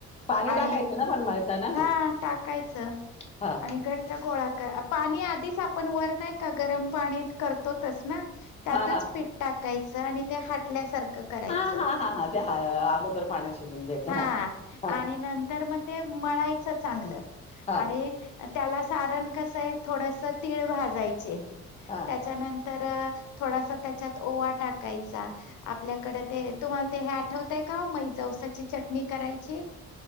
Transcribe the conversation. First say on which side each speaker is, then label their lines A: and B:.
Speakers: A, on the left; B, on the left.
A: पाणी
B: आणि
A: टाकायचं ना पण मळताना?
B: हा टाकायचं
A: हा
B: आणि घट्ट गोळा कर पाणी आधीच आपण वर नाही का गरम पाणी करतो तस ना. त्यातच
A: हा हा
B: पीठ टाकायचं. आणि त्या हाटल्यासारख. करायच
A: हा हा हा हा ते हा अगोदर पाण्यात शिजून घ्यायचं
B: हा
A: हा
B: आणि नंतर मग. ते मळायचं चांगलं.
A: हा
B: आणि त्याला सारण कस आहे ते. थोडस तीळ भाजायचे
A: हा
B: त्याच्यानंतर तर थोडासा त्याच्यात ओवा टाकायचा. आपल्याकडे ते तुम्हा ते हे आठवतय का. मै जावसाची चटणी करायची.